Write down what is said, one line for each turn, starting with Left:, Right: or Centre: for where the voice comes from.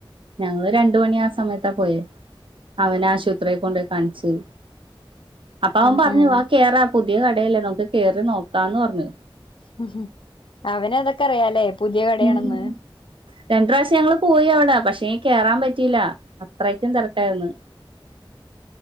Right: ഞങ്ങള് രണ്ട് മണിയാ സമയത്താ പോയേ അവനാശുത്രി കൊണ്ട് കാണിച്ച് അപ്പ വൻ
Left: ഉം
Right: പർഞ്ഞ്
Left: ഉം
Right: വാ കേറാ പുതിയ കടയല്ലേ നമുക്ക് കേറി നോക്കാന്ന് പറഞ്
Left: ഹ് ഹും അവനതൊക്കെ അറിയാലേ പുതിയ കടയാണെന്ന്
Right: ഉം രണ്ട് റാശ്യം ഞങ്ങള് പോയി അവിടെ പക്ഷെ ങ്കി കേറാൻ പറ്റിയില്ല അത്രയ്ക്കും തെരക്കായിര്ന്ന്